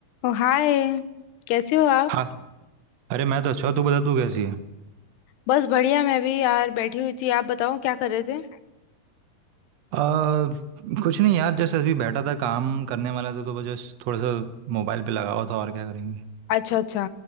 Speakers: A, on the left (about 85°); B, on the right (about 65°).
A: ओ hi कैसे हो आप
B: हाँ अरे मैं तो अच्छा हूँ, तू बता तू कैसी है
A: बस बढ़िया मैं भी यार बैठी हुई थी आप बताओ क्या कर रहे थे
B: आ, कुछ नहीं यार जस्ट अभी बैठा था काम करने वाला था तो बस just थोड़ा सा मोबाइल पे लगा हुआ था और क्या करेंगे
A: अच्छा अच्छा